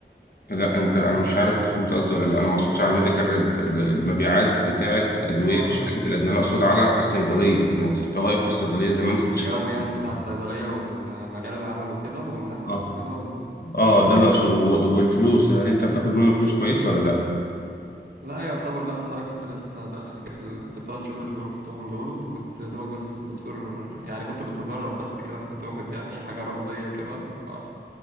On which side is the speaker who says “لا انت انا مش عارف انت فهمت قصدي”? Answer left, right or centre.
Left